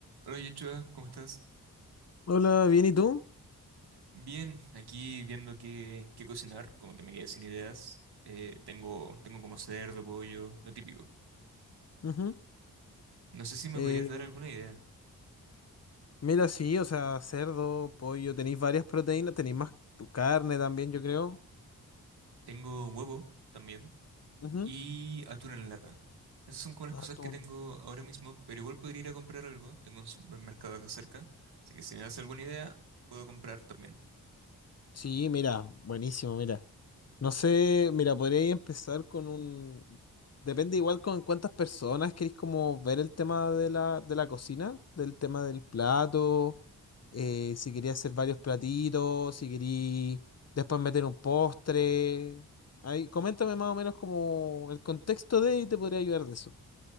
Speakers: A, on the right (about 80°); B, on the left (about 40°).
A: Hola Yechua, ¿cómo estás?
B: Hola, bien, ¿y tú?
A: Bien, aquí viendo qué, qué cocinar, como que me quedé sin ideas. Eh, tengo, tengo como cerdo, pollo, lo típico.
B: Ujú.
A: No sé si me
B: Eh,
A: podrías dar alguna idea.
B: mira, sí, o sea, cerdo, pollo, tenéis varias proteínas, tenéis más tu carne también, yo creo.
A: Tengo huevo también
B: Ujú.
A: y atún en lata. Esas son como las cosas
B: Atún.
A: que tengo ahora mismo, pero igual podría ir a comprar algo. Tengo un supermercado acá cerca, así que si me das alguna idea, puedo comprar también.
B: Sí, mira, buenísimo, mira. No sé, mira, podría empezar con un... Depende igual con cuántas personas queréis como ver el tema de la, de la cocina, del tema del plato, eh, si quería hacer varios platitos, si quería después meter un postre. Ahí, coméntame más o menos como el contexto de y te podría ayudar de eso.